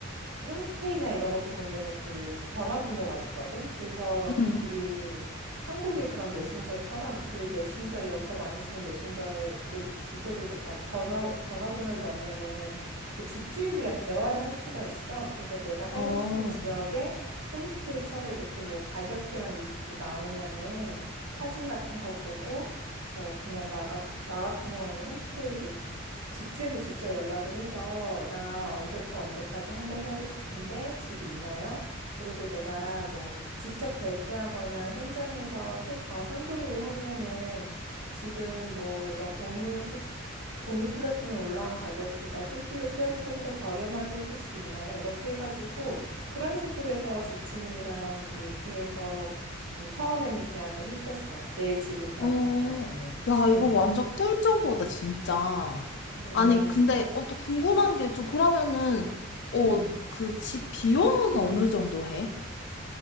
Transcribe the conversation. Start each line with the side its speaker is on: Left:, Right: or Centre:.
Right: 홈스테이나 이런 것도 보면은 그 전화번호가 있거든. 그래서
Left: 응, 응.
Right: 우리 한국의 그런 메신저처럼 그 메신저 여기서 많이 쓰는 메신저에 그 주소를 넣, 아, 번호 전화번호를 넣으면은 그 집주인들이랑 대화를 할 수가 있어. 그래서 내가 살고
Left: 어,
Right: 싶은 지역에 홈스테이 쳐서 이렇게 뭐 가격표랑 리스트 나오면은 사진 같은 거 보고 어 그냥 나 같은 나 같은 경우에는 홈스테이 그 집주인한테 직접 연락을 해서 나 언제부터 언제까지 한 달 살고 싶은데 집 있나요? 그리고 내가 뭐 직접 결제하거나 현장에서 캐, 어, 현금으로 하면은 지금 뭐 이런 공유 숙 공유 플랫폼에 올라온 가격보다 수수료 빼고 좀 더 저렴하게 해줄 수 있나요? 이렇게 해가지고 그런 식으로 해서 집주인이랑 얘기해서 음, 처음에는 계약을 했었어. 내 집을 구하기
Left: 어.
Right: 전까지는.
Left: 야,
Right: 음.
Left: 이거 완전 꿀 정보다, 진짜.
Right: 음.
Left: 아니, 근데 어, 또 궁금한 게 좀 그러면은 어,
Right: 음.
Left: 그 집 비용은 어느 정도 해?